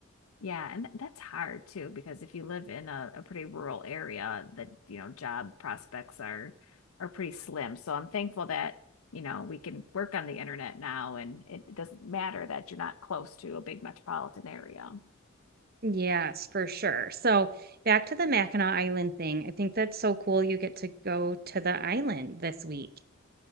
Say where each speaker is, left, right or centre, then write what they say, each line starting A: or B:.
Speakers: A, on the left; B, on the right.
A: Yeah, and th- that's hard too because if you live in a, a pretty rural area, the you know job prospects are are pretty slim. So I'm thankful that you know we can work on the internet now, and it doesn't matter that you're not close to a big metropolitan area.
B: Yes, for sure. So back to the Mackinac Island thing. I think that's so cool. You get to go to the island this week.